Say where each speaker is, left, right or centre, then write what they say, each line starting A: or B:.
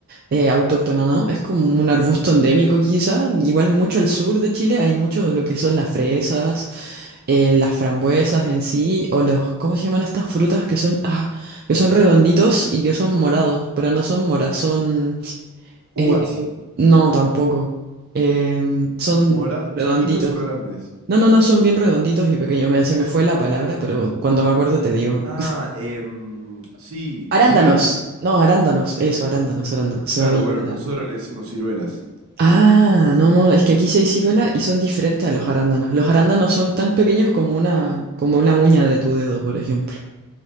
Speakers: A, on the right; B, on the right.
A: eh, autóctona, ¿no? Es como un arbusto endémico quizá. Igual mucho al sur de Chile hay mucho de lo que son las fresas, eh, las frambuesas en sí, o los, ¿cómo se llaman estas frutas que son, ah, que son redonditos y que son morados, pero no son moras, son,
B: Uvas,
A: eh, no, tampoco. Em, son
B: mora,
A: redonditos.
B: chiquitos o grandes.
A: No, no, no, son bien redonditos y pequeños. me se me fue la palabra, pero cuando me acuerdo te digo.
B: Ah, em, sí.
A: Arándanos.
B: Ciruelas.
A: No, arándanos. Eso, arándanos, arándanos. Se
B: Claro,
A: me había ido
B: bueno,
A: la...
B: nosotros le decimos ciruelas.
A: Ah, no, no, es que aquí sí hay ciruela y son diferentes a los arándanos. Los arándanos son tan pequeños como una, como una uña de tu dedo, por ejemplo.